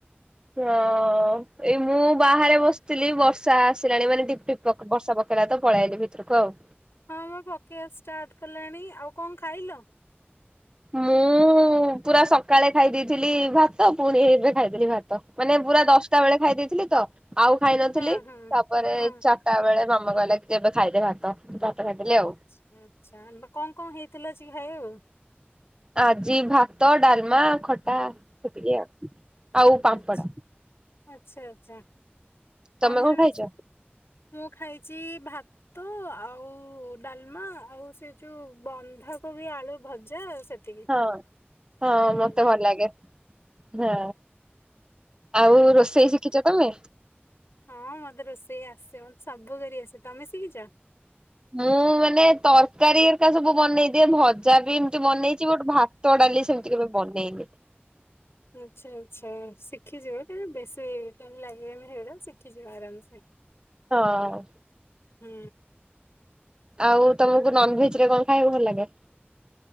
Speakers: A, on the right (about 20°); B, on the left (about 80°).
A: ହଁ ଏଇ ମୁଁ ବାହାରେ ବସିଥିଲି ବର୍ଷା ଆସିଲାଣି ମାନେ କିପରି ଟିପ୍ <unintelligible> ବର୍ଷା ପକେଇଲା ତ ପଳେଇଆଇଲି ଭିତୁରୁକୁ ଆଉ।
B: ହଁ ବା ପକେଇଆ ଷ୍ଟାର୍ଟ୍ କଲାଣି ଆଉ କଣ ଖାଇଲ?
A: ମୁଁ ପୁରା ସକାଳେ ଖାଇ ଦେଇଥିଲି ଭାତ ପୁଣି ଏବେ ଖାଇଦେଲି ଭାତ। ତ ମାନେ ପୁରା ଦଶଟା ବେଳେ ଖାଇ ଦେଇଥିଲି ତ ଆଉ ଖାଇ ନଥିଲି
B: ହଁ
A: <unintelligible>
B: ହଁ
A: ପରେ
B: ହଁ
A: ଚାରିଟା ବେଳେ ମାମା କହିଲା କି ଏବେ ଖାଇଦେ ଭାତ। ଭାତ ଖାଇଦେଲି
B: ଆଚ୍ଛା
A: ଆଉ।
B: ଆଚ୍ଛା ଆନ୍ଦା କଣ କଣ ହେଇଥିଲା ଆଜି ଖାଇବାକୁ?
A: ଆଜି ଭାତ ଡାଲମା ଖଟା ସେତିକି ଆଉ ଆଉ ପାମ୍ପଡ଼।
B: ଆଚ୍ଛା ଆଚ୍ଛା ଆଚ୍ଛା
A: ତମେ
B: ଆମର
A: କଣ ଖାଇଛ?
B: ବି ସ୍ ମୁଁ ଖାଇଛି ଭା ତ ଆଉ ଡାଲମା ଆଉ ସେ ଯୋଉ ବନ୍ଧାକୋବି ଆଳୁ ଭଜା ସେତିକି
A: ହଁ ହଁ
B: ହୁଁ
A: ମତେ ଭଲ ଲାଗେ। ହଁ ଆଉ ରୋଷେଇ ଶିଖିଛ ତମେ?
B: ହଁ ମତେ ରୋଷେଇ ଆସେ ମତେ ସବୁ କରି ଆସେ, ତମେ ଶିଖିଛ?
A: ମୁଁ ମାନେ ତରକାରୀ ଏକା ସବୁ ବନେଇଦିଏ ଭଜା ବି ଏମିତି ବନେଇଛି, ବଟ୍ ଭା ଭାତ ଡାଲି ସେମିତି କେବେ ବନେଇନି।
B: ଆଚ୍ଛା ଆଚ୍ଛା ଶିଖିଯିବ କଇଁନା ବେଶୀ ଟାଇମ୍ ଲାଗିବନି ହେଉଡ଼ା ଶିଖିଯିବ ଆରାମସେ।
A: ହଁ।
B: ହୁଁ।
A: ଆଉ ତମକୁ ନନ୍ଭେଜ୍ ରେ କଣ ଖାଇବାକୁ ଭଲ ଲାଗେ?